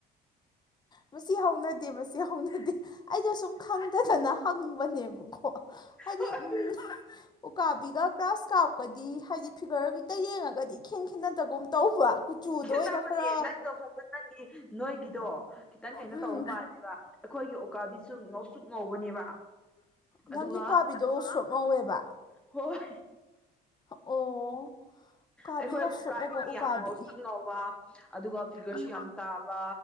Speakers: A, on the left (about 25°); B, in the centre.
A: ꯃꯁꯤ ꯍꯧꯅꯗꯦ ꯃꯁꯤ ꯍꯧꯅꯗꯦ ꯑꯩꯗꯣ ꯁꯨꯝ ꯈꯪꯗꯗꯅ ꯍꯪꯕꯅꯦꯕꯀꯣ ꯍꯥꯏꯗꯤ
B: ꯍꯣꯏ
A: ꯎꯝ ꯎꯀꯥꯕꯤꯒ ꯒ꯭ꯔꯥꯁ ꯀꯥꯞꯀꯗꯤ ꯍꯥꯏꯗꯤ ꯐꯤꯒꯔ ꯈꯤꯇ ꯌꯦꯡꯉꯒꯗꯤ ꯏꯈꯦꯟ ꯈꯦꯠꯅꯗꯒꯨꯝ ꯇꯧꯕ꯭ꯔ ꯀꯨꯆꯨꯗꯣ
B: ꯈꯦꯠꯅꯕꯅꯦ
A: ꯑꯣꯏꯅ ꯈꯔ
B: ꯅꯪꯗꯣ ꯐꯖ ꯅꯪꯒꯤ ꯅꯣꯏꯒꯤꯗꯣ ꯈꯤꯇꯪ ꯀꯩꯅꯣ
A: ꯎꯝ
B: ꯇꯧꯕ ꯃꯥꯜꯂꯦꯕ ꯑꯩꯈꯣꯏꯒꯤ ꯎꯀꯥꯕꯤꯁꯨ ꯉꯧꯁꯨꯛ ꯉꯧꯕꯅꯦꯕ
A: ꯅꯪꯒꯤ
B: ꯑꯗꯨꯒ
A: ꯀ꯭ꯋꯥꯕꯤꯗꯣ ꯁꯣꯛꯉꯧꯋꯦꯕ
B: ꯍꯣꯏ
A: ꯑꯣ ꯎꯀꯥꯕꯤ
B: ꯑꯩꯈꯣꯏ
A: ꯉꯧꯁ꯭ꯔꯣꯛꯉꯧꯕ
B: ꯎ ꯀꯥꯕꯤꯗꯤ
A: ꯎꯀꯥꯕꯤ
B: ꯌꯥꯝ ꯉꯧꯁꯨ ꯉꯧꯕ ꯑꯗꯨꯒ ꯐꯤꯒꯔꯁꯨ
A: ꯎꯝ
B: ꯌꯥꯝ ꯇꯥꯕ